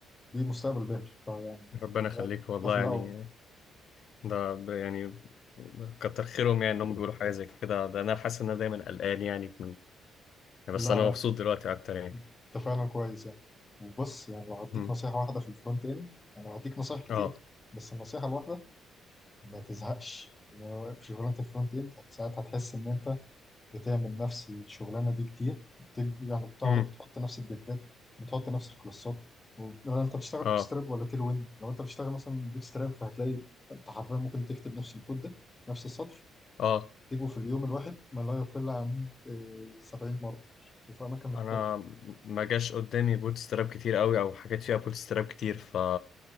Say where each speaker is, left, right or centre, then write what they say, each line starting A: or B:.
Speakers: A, on the left; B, on the left.
A: ليه مستقبل باهر فيعني
B: ربنا
A: ده
B: يخليك والله
A: ده في الاول
B: يعني ده ب- يعني كتر خيرهم يعني انهم بيقولوا حاجة زي كده ده انا حاسس ان انا دايما قلقان يعني بس
A: لا
B: انا
A: لا
B: مبسوط دلوقتي اكتر يعني
A: انت فعلا كويس يعني وبص يعني لو هديك
B: مم.
A: نصيحه واحده في الفرونت اند انا هديك نصايح كتير
B: اه
A: بس النصيحه الواحده ما تزهقش لو في شغلانه الفرونت اند ساعات هتحس ان انت بتعمل نفس الشغلانه دي كتير بت- يعني بتقعد
B: مم.
A: بتحط نفس الدفات بتحط نفس الكلاسات و- لو انت بتشتغل
B: اه
A: بوت ستراب ولا تيل ويند لو انت بتشتغل مثلا بوت ستراب فهتلاقي انت حرفيا ممكن تكتب نفس الكود ده نفس السطر
B: اه
A: تكتبه في اليوم الواحد ما لا يقل عن آه، 70 مره وفي اماكن مختلفه
B: انا ما جاش قدامي بوت ستراب كتير قوي او حاجات فيها بوت ستراب كتير ف